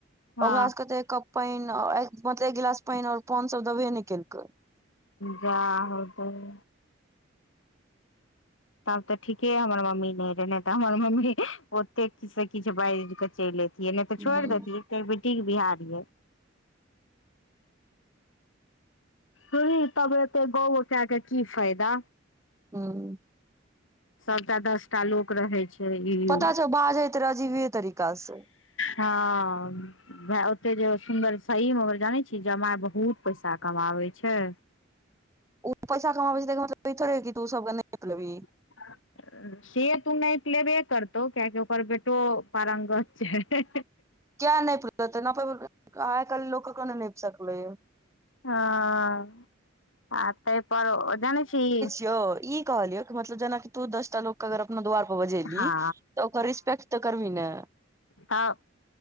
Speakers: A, on the left (about 85°); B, on the right (about 15°).
A: हँ
B: ओकरा सब के पानी मतलब एक गिलास पानी और पान सब देबे ने केलकै
A: बा हौ दैब तब तऽ ठीके हमर मम्मी नहि रहे ने तऽ हमर मम्मी ओते किछ से किछ बाजि के चैल अबितै नहि तऽ
B: हूं
A: छोड़ि देैतियै क बेटीके बिहा रहीयै रहै तब एते गौ गौ के कऽ की फायदा
B: हूँ
A: सभटा दस टा लोक रहै छै ई
B: पता
A: उ
B: छौ बाजैत रहे अजीबे तरीका से
A: हँ भाय ओते जे सुन्दर सहीमे ओ जानै छियै जमाइ बहुत पैसा कमाबै छै <inaudible>
B: ओ पैसा कमाबै छै तेकर मतलब ई थोरे है की तू सबके नैत लबही
A: ह <inaudible> से तऽ उ नैत लेबे करतौ किया कि ओकर बेटो पारंगत छै
B: किये नापि लेतै नापै बेर मे आइ काल्हि लोक कोना नहि पचकलै
A: हँ आ ताहि पर जानै छीही
B: जे ई कहलियौ मतलब जेना कि तू दसटा लोक के अगर अपना द्वार पर बजेलही
A: हँ
B: तऽ ओकर रिस्पेक्ट तऽ करबी ने
A: हँ